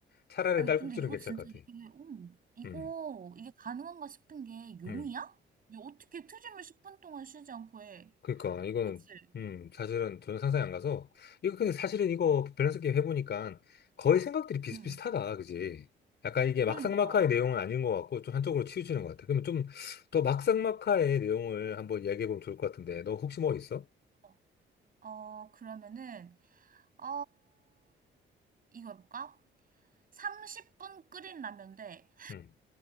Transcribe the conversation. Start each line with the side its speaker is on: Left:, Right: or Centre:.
Left: 차라리
Right: 아니,
Left: 딸꾹질은
Right: 근데 이거
Left: 괜찮을
Right: 진짜
Left: 것
Right: 이게,
Left: 같아.
Right: 음, 이거,
Left: 음,
Right: 이게 가능한가 싶은 게 용이야?
Left: 음.
Right: 이게 어떻게 트림을 10분 동안 쉬지 않고 해?
Left: 그러니까 이거는
Right: 그치?
Left: 음 사실은 저는 상상이 안 가서 이거 근데 사실은 이거 밸런스 게임 해보니까 거의 생각들이 비슷비슷하다
Right: 응,
Left: 그지 약간 이게
Right: 그러니까.
Left: 막상막하의 내용은 아닌 것 같고 좀 한쪽으로 치우치는 것 같아 그러면 좀 더 막상막하의 내용을 한번 이야기해보면 좋을 것 같은데 너 혹시 뭐 있어?
Right: 어, 어, 그러면은, 어, 이거 해볼까? 30분 끓인 라면 대
Left: 음.